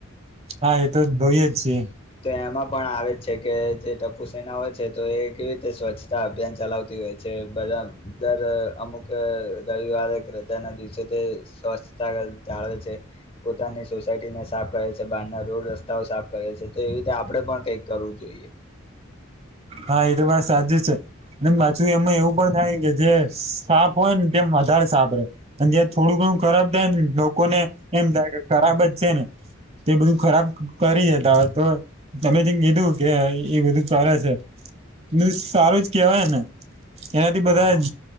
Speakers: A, on the right; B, on the left.
A: હા એ તો જોઈએ જ છીએ.
B: તો એમાં પણ આવે જ છે કે જે ટપુ સેના હોય છે તો એ કેવી રીતે સ્વચ્છ તા અભિયાન ચલાવતી હોય છે બધા દર અમુક રવિવારે કે રજાના દિવસે તે સ્વચ્છતા જાળવે છે. પોતાની સોસાયટીને સાફ કરે છે બહારના રોડ રસ્તાઓ સાફ કરે છે તો એવી રીતે આપણે પણ કંઈક કરવું જોઈએ.
A: હા એતો વાત સાચી છે. ને પાછું એમાં એવું પણ થાય કે જે સાફ હોય ને તેમ વધારે સાફ રહેે. અને જ થોડું ઘણું ખરાબ થાય ને લોકોને એમ થાય કે ખરાબ જ છે ને તે બધું ખરાબ કરી જતા હોય તો તમેથી કીધું કે એ બધું કરે છે. બ સારું જ કેવાય ને એનાથી બધા
B: હા
A: જ